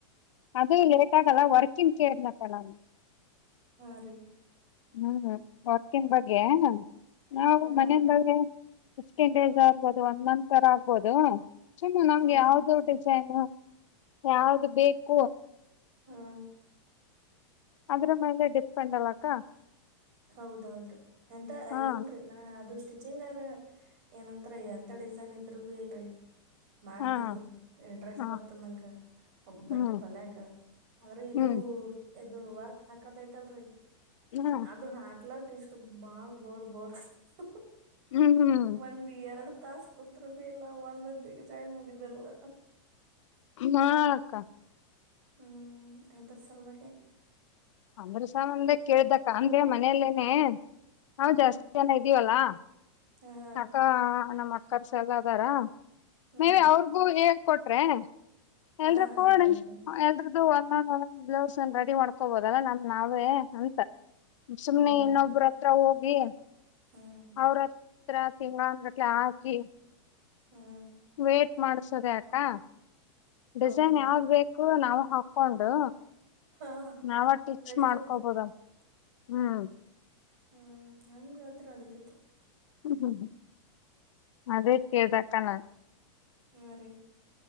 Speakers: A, on the left (about 70°); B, on the right (about 40°).
A: ಅದೆ ಲೇಟ್ ಆಗಲ್ಲ ವರ್ಕಂನ್ ಕೇಳ್ದ್ನ್ ಅಕ್ಕ ನಾನ್.
B: ಹಾ ರೀ.
A: ನೌದ. ವರ್ಕಿನ್ ಬಗ್ಗೆ. ನಾವು
B: ಹಾ
A: ಮನೆಂದಾದ್ರೆ
B: ಹಾ ರೀ
A: ಫಿಫ್ಟಿನ್ ಡೇಸ್ ಆಗ್ಬೋದು ಒಂದ ಮಂತರ ಆಗ್ಬೋದು ಚಲೋ ನಮ್ಗ್
B: ಹಾ
A: ಯಾವ್ದೋಟಿ
B: ರೀ
A: <unintelligible> ಯಾವ್ದ್ ಬೇಕು
B: ಹ್ಮ
A: ಅದ್ರ ಮೇಲೆ ಡಿಪೆಂಡ್ ಅಲ್ಲಕ್ಕ
B: ಹೌದ್ ಹೌದ್ರಿ ಎಂತ
A: ಹಾ
B: ಇಲ್ರಿ ನಾ ಅದು ಸ್ ಸ್ಟಿಚಿಂಗ್ ಆಗ್ಲ ಏನಂತರ ಎಂತ ಡಿಸೈನ್ ಇದ್ರಗು ಇಲ್ರಿ. ಮಾಡ್ತೀನಿ
A: ಹಾ
B: ಇಂಟ್ರೆಸ್ಟ್
A: ಹ
B: ಬರ್ತದ ನಂಗ
A: ಹ್ಮ್
B: ಬಟ್ಟಿ ಹೊಲಯಕ ಆದ್ರೆ ಇದು
A: ಹ್ಮ್
B: ಇದು ವರ್ಕ್ ಹಾಕದೈತಲ್ರಿ
A: ಹ್ಮ
B: ಅದು ಹಾಕ್ಲಕ್ ಇಷ್ ತ್ ಬಾಳ್ ಬೋರ್ ಬೋರ್ ಹ್
A: ಹ್ಮ್ ಹ್ಮ್
B: ಒಂದ್ ಎರಡು ತಾಸ್ ಕುತ್ರು ಬಿ ಇಲ್ಲ ಒಂದು ಡಿಸೈನ್ ಮುಗ್ದಿರಲ್ಲ.
A: ಹ್ ಹಾ ಅಕ್ಕ
B: ಹ್ಮ್ ಅದ್ರ್ ಸಲ್ವಾಗೆ
A: ಅಂಗ್ಡಿ ಸಾಮಾನ್ದೆ ಕೇಳಿದ್ ಅಕ್ಕ ಅಂದ್ರೆ ಮನೇಲ್ಲೇ. ಹೆ ನಾವ್
B: ಹಾ
A: ಜಾಸ್ತಿ
B: ರೀ
A: ಜನ ಇದ್ದೀವಲ್ಲಾ.
B: ಹಾ ಹಾ ರೀ
A: ಅಕ್ಕಾ ನಮ್ ಅ ಕರ್ಸಾಗ ಅದಾರ.
B: ಹ್ಮ್
A: ಮೆ ಬಿ ಅವ್ರಗೂ ಏನ್ ಕೊಟ್ ಟ್ರೆ.
B: ಹಾ
A: ಎಲ್ರು
B: ಹಾ
A: ಕೋಡನ್
B: ನಡೀತ
A: ಎಲ್ರು. ಒಂದ್ ಒಂದ್ ಬ್ಲೌಸ್ ರೆಡಿ ಮಾಡ್ಕೋಬಹುದು ಏಲ್ಲ ನಮ್ ನಾವೇ ಅಂತ ಸುಮ್ನೆ
B: ಹೌದೌದ್ರಿ
A: ಇನ್ನೊಬ್ಬರ ಹತ್ರ ಹೋಗಿ
B: ಹ್ಮ್
A: ಅವರತ್ರ ತಿಂಗಳಾನುಗಟ್ ಹಾಕಿ
B: ಹ್ಮ್
A: ಲೇಟ್ ಮಾಡ್ಸೋದ್ಯಾಕೋ ಡಿಸೈನ್
B: ಹೌದೌದ್ರಿ
A: ಯಾವಾದೂ ಬೇಕು ನಾವು ಹಾಕ ಕೊಂಡು
B: ಹಾ
A: ನಾವ ಸ್ಟಿಚ್ಚು
B: ನಡೀತದ
A: ಮಾಡ್ಕೊಬೋದ ಹ್ಮ್
B: ಹ್ಮ್ ಹೆಂಗಾದ್ರೂ ನಡಿತದ್ರಿ
A: ಹ್ಮ್ ಹ್ಮ್ ಹ್ಮ್ ಅದೇ ಕೇಳ್ದಾ ಕಣ
B: ಹ್ಮ ರೀ